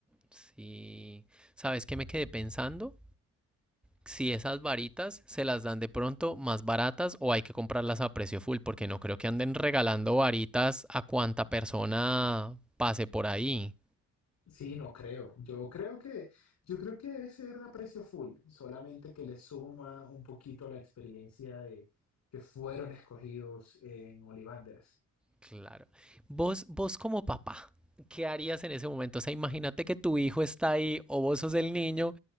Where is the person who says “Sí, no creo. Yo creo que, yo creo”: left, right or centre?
Left